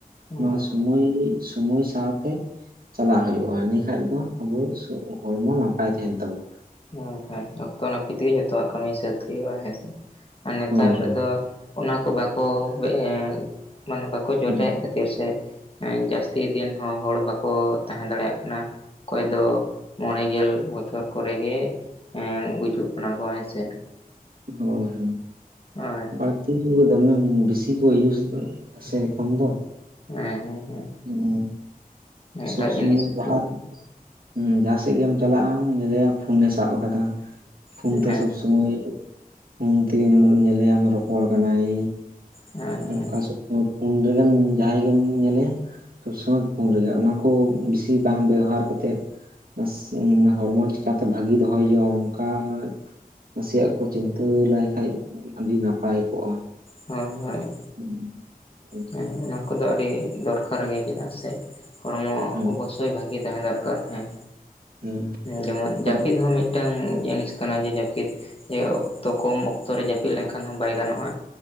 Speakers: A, on the left; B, on the right.
A: ᱦᱳᱭ
B: ᱱᱚᱣᱟ ᱥᱚᱢᱚᱭ ᱥᱢᱚᱭ ᱥᱟᱶᱛᱮ ᱪᱟᱞᱟᱜ ᱦᱩᱭᱩ-ᱟ ᱤᱱᱟᱹ ᱠᱷᱟᱡ ᱫᱚ ᱟᱵᱚ ᱦᱚᱲᱢᱚ ᱱᱟᱯᱟᱭ ᱛᱟᱦᱮᱱ ᱛᱟᱵᱚᱱᱟ᱾
A: ᱦᱳᱭᱼᱦᱳᱭ ᱚᱠᱛᱚ ᱱᱟᱹᱯᱤᱛ ᱜᱮ ᱡᱚᱛᱚᱣᱟᱜ ᱠᱟᱹᱢᱤ ᱥᱟᱹᱛ ᱦᱩᱭᱩᱜ-ᱟ ᱦᱮᱸ ᱥᱮ᱾ <unintelligible> ᱱᱮᱛᱟᱨ
B: ᱦᱳᱭ
A: ᱨᱮ
B: ᱦᱳᱭ
A: ᱫᱚ ᱚᱱᱟ ᱠᱚ ᱵᱟᱠᱚ ᱶᱮ ᱢᱟᱱᱮ ᱵᱟᱠᱚ ᱪᱚᱨᱪᱟ
B: ᱦᱮᱸ
A: ᱭᱮᱫ ᱠᱷᱟᱛᱤᱨ ᱜᱮ ᱥᱮ ᱮᱸ ᱡᱟᱹᱥᱛᱤ ᱫᱤᱱ ᱦᱚᱸ ᱦᱚᱲ ᱵᱟᱠᱚ ᱛᱟᱦᱮᱸ ᱫᱟᱲᱮᱭᱟᱜ ᱠᱟᱱᱟ ᱚᱠᱚᱭ ᱫᱚ᱾ ᱢᱚᱬᱮ ᱜᱮᱞ ᱵᱚᱪᱷᱚᱨ ᱠᱚ ᱨᱮ ᱜᱮ ᱜᱩᱡᱩᱜ ᱠᱟᱱᱟ ᱠᱚ ᱦᱮᱸᱥᱮ
B: ᱦᱳᱭ ᱦᱳᱭ
A: <unintelligible>
B: ᱵᱟᱹᱲᱛᱤ ᱫᱚᱢᱮ ᱵᱤᱥᱤ ᱠᱚ ᱤᱭᱩᱥ ᱫᱟ ᱥᱮ ᱮᱠᱷᱚᱱ ᱫᱚ
A: ᱦᱮᱸ ᱦᱮᱸ ᱦᱮᱸ
B: ᱦᱩᱸ
A: ᱮᱴᱟᱜ
B: ᱥᱩᱵ
A: ᱡᱤᱱᱤᱥ
B: ᱥᱚᱢᱟᱹᱭ ᱡᱟᱦᱟᱸ
A: ᱠᱚ
B: ᱨᱮ ᱦᱩᱸ ᱡᱟᱦᱟᱸ ᱥᱮᱫ ᱜᱮᱢ ᱪᱟᱞᱟᱜ-ᱟ ᱧᱮᱞᱮᱭᱟ ᱯᱷᱩᱱ ᱮ ᱥᱟᱵ ᱠᱟᱫᱟ ᱯᱷᱩᱱ
A: ᱦᱮᱸ
B: ᱛᱮ ᱥᱚᱵ ᱥᱚᱢᱚᱭ᱾ ᱯᱷᱩᱱ ᱛᱮ ᱜᱮ ᱧᱮᱞᱮᱭᱟᱢ ᱨᱚᱯᱚᱲ ᱠᱟᱱᱟᱭ
A: ᱦᱮᱸ ᱦᱮᱸ
B: ᱚᱱᱠᱟ ᱥᱚ ᱯᱷᱩᱱ ᱨᱮ ᱜᱮᱢ ᱡᱟᱸᱦᱟᱭ ᱜᱮᱢ ᱧᱮᱞᱮᱭᱟ ᱥᱚᱵ ᱥᱚᱢᱟᱹᱭ ᱯᱷᱩᱱ ᱨᱮ ᱜᱮ ᱚᱱᱟ ᱠᱚ ᱵᱤᱥᱤ ᱵᱟᱝ ᱵᱮᱣᱦᱟᱨ ᱠᱟᱛᱮᱫ ᱥᱮᱢ ᱦᱚᱲᱢᱚ ᱪᱤᱠᱟᱛᱮ ᱵᱷᱟᱹᱜᱤ ᱫᱚᱦᱚᱭ ᱦᱳᱭᱳᱜᱼᱟ ᱚᱱᱠᱟᱻ ᱱᱟᱥᱮᱭᱟᱜ ᱠᱚ ᱪᱤᱱᱛᱟᱹ ᱞᱟᱭ ᱠᱷᱟᱱ ᱟᱹᱰᱤ ᱱᱟᱯᱟᱭ ᱠᱚᱜᱼᱟ᱾
A: ᱦᱮᱸ ᱦᱮᱸ <unintelligible>
B: <unintelligible>
A: ᱦᱮᱸ ᱚᱱᱟ ᱠᱚᱫᱚ ᱟᱹᱰᱤ ᱫᱚᱨᱠᱟᱨ ᱜᱮ ᱪᱮᱫᱟᱜ ᱥᱮ ᱦᱚᱲᱢᱚ
B: ᱦᱮᱸ
A: ᱚᱵᱚᱥ ᱚᱵᱚᱥᱳᱭ ᱵᱷᱟᱜᱤ ᱛᱟᱦᱮᱸ ᱫᱚᱨᱠᱟᱨ ᱦᱮᱸ
B: ᱦᱮᱸ
A: ᱡᱮᱢᱚᱱ
B: ᱦᱚᱲ
A: ᱡᱟᱹᱯᱤᱫ ᱦᱚᱸ ᱢᱤᱫ ᱢᱤᱫᱴᱟᱝ ᱡᱤᱱᱤᱥ ᱠᱟᱱᱟ ᱡᱮ ᱡᱟᱹᱯᱤᱫᱽ ᱡᱮ ᱚᱠᱛᱚ ᱠᱚᱢ ᱚᱠᱛᱚ ᱨᱮ ᱡᱟᱹᱯᱤᱫᱽ ᱞᱮᱱᱠᱷᱟᱱ ᱦᱚᱸ ᱵᱟᱭ ᱜᱟᱱᱚᱜᱼᱟ᱾